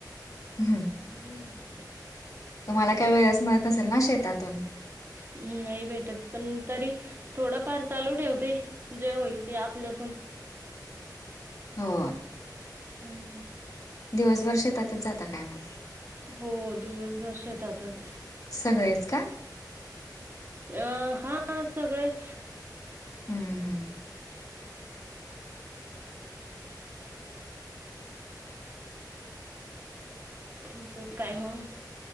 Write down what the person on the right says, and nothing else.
हम्म.
ह. नाही भेटत. पण तरी थोडंफार चालू ठेवते. जे होईल ते आपल्याकून.
हम् हम.
हो. दिवसभर शेतातच.
अ. हा सगळेच.
तुमचंच काय मग?